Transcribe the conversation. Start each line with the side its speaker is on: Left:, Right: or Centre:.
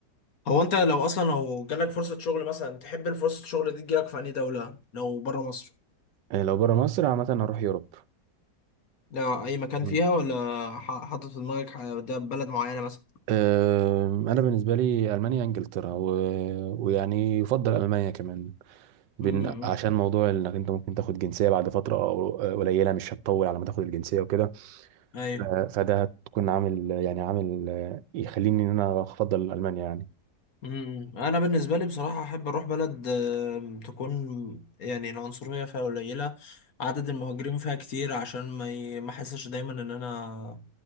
Left: هو انت لو اصلا لو جالك فرصة شغل مثلا تحب الفرصة الشغل دي تجيلك في اي دولة لو بره مصر
Right: إيه لو بره مصر عامه هروح يوروب
Left: لا اي مكان
Right: مم.
Left: فيها ولا ح- حاطط في دماغك ح- ده بلد معينة مثلا
Right: أه انا بالنسبه لي المانيا انجلترا و... ويعني يفضل المانيا كمان بن...
Left: امم
Right: عشان موضوع انك انت ممكن تاخد جنسيه بعد فتره أو- آه، قليله مش هتطول على ما تاخد الجنسيه وكده
Left: ايوه
Right: آه، فده هتكون عامل يعني عامل آه، يخليني ان انا افضل المانيا يعني
Left: امم انا بالنسبه لي بصراحه احب اروح بلد آم، تكون يعني العنصريه فيها قليله عدد المهاجرين فيها كتير عشان ما ي... ما احسش دايما ان انا